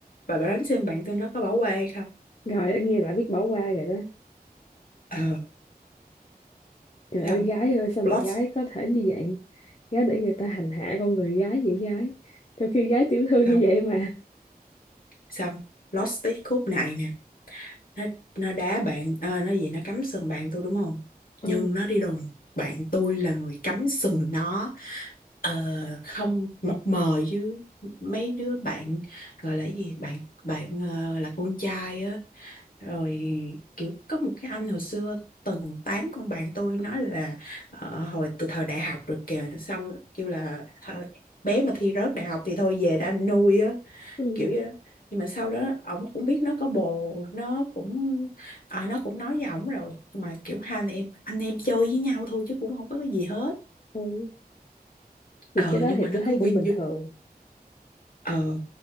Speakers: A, on the left; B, on the left.
A: bà đoán xem bạn tôi nó có bỏ qua hay không
B: rồi nghe lại biết bỏ qua rồi đó
A: ờ
B: Trời ơi
A: xong
B: gái ơi sao
A: plot
B: mà gái có thể như vậy Gái để người ta hành hạ con người gái vậy gái Trong khi gái tiểu thư như
A: xong
B: vậy mà
A: xong plot twist khúc này nè nó nó đá bạn à, nó gì nó cắm sừng bạn tôi đúng không
B: ừ.
A: nhưng nó đi đồn bạn tôi là người cắm sừng nó Ờ, không mập mờ chứ mấy đứa bạn gọi là cái gì bạn bạn ờ, là con trai á rồi kiểu có một cái anh hồi xưa từng tán con bạn tôi nói là ờ, hồi từ thời đại học rồi kìa xong kêu là "Thôi, bé mà thi rớt đại học thì thôi về đã anh nuôi á
B: Ừ.
A: kiểu vậy đó nhưng mà sau đó ổng cũng biết nó có bồ nó cũng à, nó cũng nói với ổng rồi nhưng mà kiểu hai anh em anh em chơi với nhau thôi chứ cũng không có cái gì hết
B: ừ. Thì
A: ờ
B: cái đó
A: nhưng
B: thì
A: mà nó
B: tôi
A: cứ
B: thấy
A: vinh
B: cũng bình
A: dung
B: thường
A: ờ